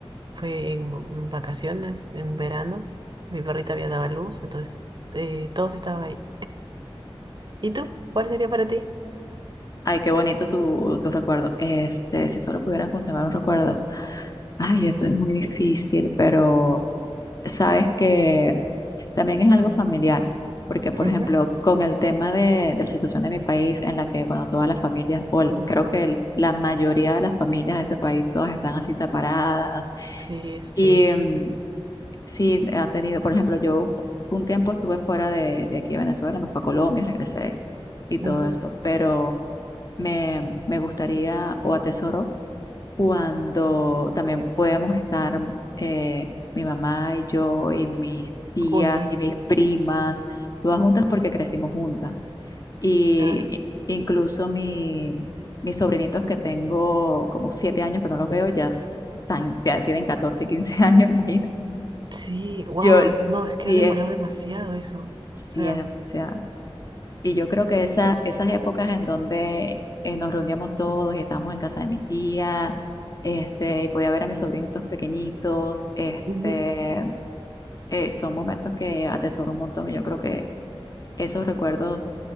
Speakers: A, on the right; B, on the left.
A: fue en v- vacaciones, en verano. Mi perrita había dado a luz, entonces eh, todos estaban ahí. ¿Y tú? ¿Cuál sería para ti?
B: Ay, qué bonito tu, tu recuerdo. Este, si solo pudieran conservar un recuerdo. Ay, esto es muy difícil, pero sabes que También es algo familiar, porque por
A: Ujú.
B: ejemplo, con el tema de, de la situación de mi país, en la que, bueno, todas las familias, o el-
A: Uy,
B: creo
A: no.
B: que el- la mayoría de las familias de este país, todas están así separadas.
A: Sí, es
B: Y
A: triste.
B: mm, sí, ha tenido, por ejemplo, yo un tiempo estuve fuera de, de aquí de Venezuela, me fui a Colombia, regresé y todo
A: Ujú.
B: eso, pero me, me gustaría o atesoro cuando también podíamos estar eh, mi mamá y yo y mis tías
A: Juntas,
B: y mis primas, todas juntas porque crecimos juntas. Y
A: claro.
B: i- incluso mi, mis sobrinitos que tengo como siete años que no los veo, ya, tan- ya tienen 14 15 años, <laughs> imagina
A: Sí, wow,
B: Yo,
A: no, es que
B: sí
A: ha demorado
B: es,
A: demasiado eso. O
B: sí
A: sea,
B: es demasiado. Y yo creo que esa, esas épocas en donde eh, nos reuníamos todos y estábamos en casa de mi tía, este, y podía ver a mis sobrinitos pequeñitos, este,
A: Ujú.
B: eh, son momentos que atesoro un montón y yo creo que esos recuerdos